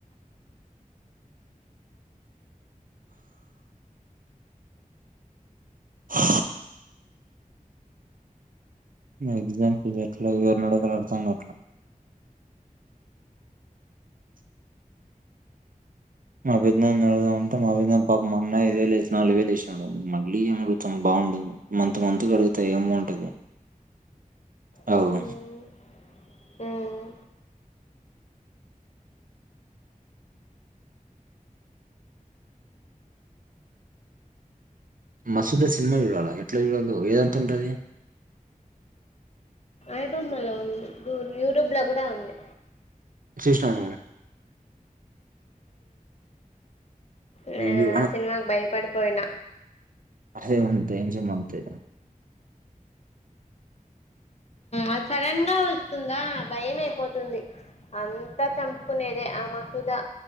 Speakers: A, on the right; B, on the left.
A: హ ఎగ్జాంపుల్గా ఎట్లా ఎవర్నడగాలో అర్ధం గాట్లే మా పెదనాన్ని అడుగుదాం అంటే మా పెదనాన పాపం మొన్నే ఐదు వేలు వేసిన నాలుగు వేలు వేసినాడు మళ్ళీ ఏం అడుగుతాం బాగుండదు మంత్ మంత్కు అడుగుతే ఏంబావుంటది
B: మ్మ్
A: అవ్
B: మ్మ్
A: మసూద సిన్మా చూడాల ఎట్లా చూడదో ఏదంతా ఉంటుది
B: ఐబొమ్మలో ఉంది యూట్యూబ్ లో గుడా ఉంది
A: సిస్టమ్
B: యే
A: ఈ యు
B: ఆ సినిమాగ్ భయం పడిపోయిన
A: అదే అంత ఏంచే అంతే
B: ఆ సడన్ గా వస్తుందా భయమే పోతుంది అంతా చంపుకునేదే ఆ మసూదా